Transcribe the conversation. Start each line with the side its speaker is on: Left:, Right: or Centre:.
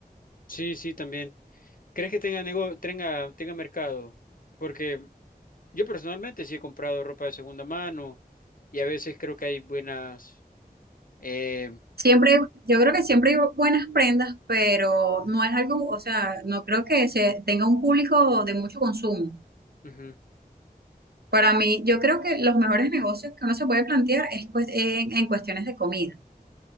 Left: sí, sí, también. ¿Crees que tenga nego- tenga, tenga mercado? Porque yo personalmente sí he comprado ropa de segunda mano y a veces creo que hay buenas. Eh,
Right: Siempre, yo creo que siempre hay buenas prendas, pero no es algo, o sea, no creo que se tenga un público de mucho consumo.
Left: ujú.
Right: Para mí, yo creo que los mejores negocios que uno se puede plantear es pues, en, en cuestiones de comida.